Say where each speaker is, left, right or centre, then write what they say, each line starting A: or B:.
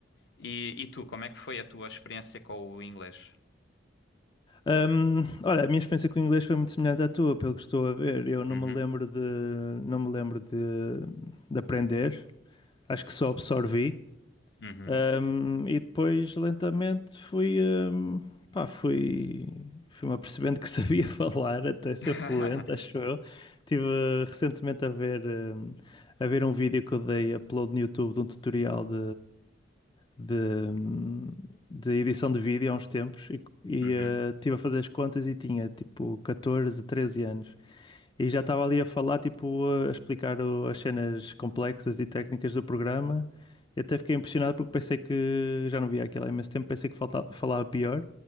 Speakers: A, on the left; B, on the left.
A: E, e tu, como é que foi a tua experiência com o inglês?
B: Hum, olha, a minha experiência com o inglês foi muito semelhante à tua, pelo que estou a ver. Eu não
A: Uhum.
B: me lembro de, não me lembro de, de aprender. Acho que só absorvi.
A: Uhum.
B: Um, e depois lentamente fui, um, pá, fui, fui-me apercebendo que <laughs> sabia falar até ser
A: <laughs>
B: fluente, acho eu. Estive uh, recentemente a ver, um, a ver um vídeo que eu dei upload no YouTube de um tutorial de, de, um, de edição de vídeo há uns tempos e, e
A: Uhum.
B: uh, estive a fazer as contas e tinha tipo 14 13 anos. E já estava ali a falar, tipo, a explicar o- as cenas complexas e técnicas do programa. E até fiquei impressionado porque pensei que já não via aquilo há imenso tempo, pensei que falta- falava pior,